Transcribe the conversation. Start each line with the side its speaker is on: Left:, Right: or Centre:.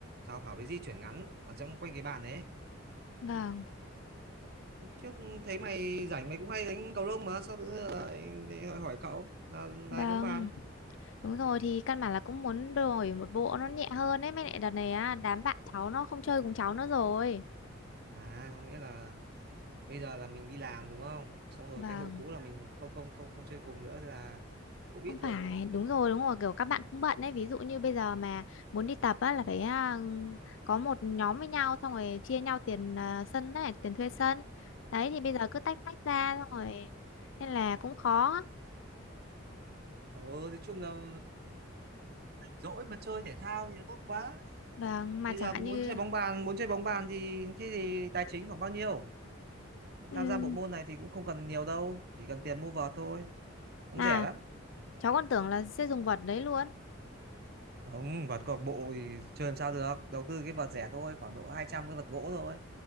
Right: sao phải với di chuyển ngắn ở trong quanh cái bàn đấy
Left: Vâng,
Right: trước thấy mày rảnh mày cũng hay đánh cầu lông mà sao tự nhiên lại lại hỏi hỏi cậu là là
Left: vâng.
Right: bóng bàn
Left: Đúng rồi thì căn bản là cũng muốn đổi một bộ nó nhẹ hơn ấy. Mới lại đợt này á, đám bạn cháu nó không chơi cùng cháu nữa rồi.
Right: à có nghĩa là bây giờ là mình đi làm đúng không xong rồi
Left: Vâng,
Right: cái hội cũ là mình không không không không chơi cùng nữa thế là cũng ít
Left: không
Right: được
Left: phải,
Right: ừ.
Left: đúng rồi, đúng rồi, kiểu các bạn cũng bận đấy Ví dụ như bây giờ mà muốn đi tập á, là phải à, có một nhóm với nhau xong rồi chia nhau tiền à, sân này, tiền thuê sân. Đấy thì bây giờ cứ tách tách ra xong rồi nên là cũng khó.
Right: Ừ, nói chung là dỗi mà chơi thể thao thì tốt quá
Left: Vâng, mà
Right: Bây
Left: chẳng
Right: giờ muốn
Left: hạn như...
Right: chơi bóng bàn, muốn chơi bóng bàn thì thế thì tài chính khoảng bao nhiêu?
Left: ừm,
Right: Tham gia bộ môn này thì cũng không cần nhiều đâu, chỉ cần tiền mua vợt thôi, cũng
Left: à,
Right: rẻ lắm.
Left: cháu còn tưởng là sẽ dùng vật đấy luôn.
Right: Không, vợt câu lạc bộ thì chơi làm sao được, đầu tư cái vợt rẻ thôi, khoảng độ hai trăm cái vợt gỗ thôi.